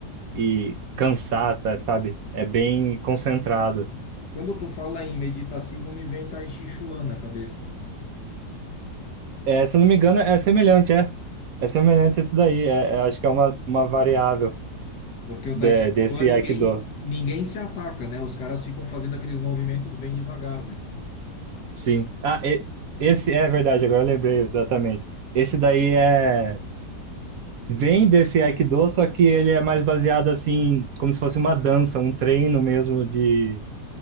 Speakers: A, on the right; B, on the left.
A: e cansar, tá, sabe? É bem concentrado.
B: quando tu fala em meditativo, me vem Tai Chi Chuan na cabeça.
A: É, se eu não me engano, é semelhante, é. É semelhante a isso daí. É, é, acho que é uma, uma variável.
B: Porque o
A: de-
B: Tai Chi
A: desse
B: Chuan ninguém,
A: Aikido.
B: ninguém se ataca, né? Os caras ficam fazendo aqueles movimentos bem devagar, né?
A: Sim. Ah, e- esse é verdade, agora eu lembrei exatamente. Esse daí é vem desse Aikido, só que ele é mais baseado assim, como se fosse uma dança, um treino mesmo de